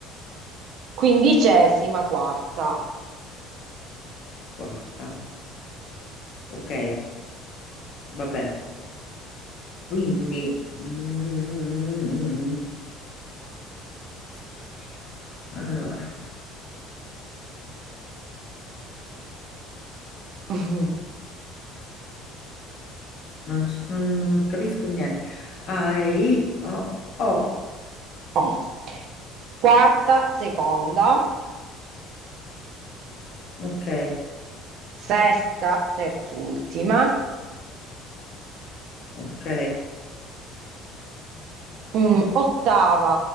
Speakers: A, on the right; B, on the left.
A: quindicesima quarta,
B: Quarta. Ok, vabbè. Quindi... mm, oh, santo Dio. Allora,
A: <laughs>
B: non, so- non- non capisco niente. A, E, I, O, O.
A: Oh. quarta seconda,
B: Ok,
A: sesta terzultima,
B: ok,
A: mm, ottava